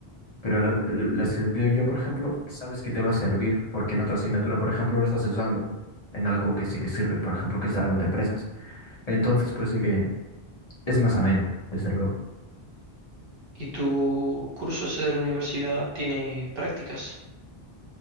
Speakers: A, on the left; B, on the right.
A: pero lo- lo- las que doy yo, por ejemplo, sabes que te va a servir porque en otra asignatura, por ejemplo, lo estás usando en algo que sí que sirve, por ejemplo, que es algo de empresas. Entonces, pues sí que es más ameno, desde luego.
B: ¿Y tu curso ese de la universidad tiene prácticas?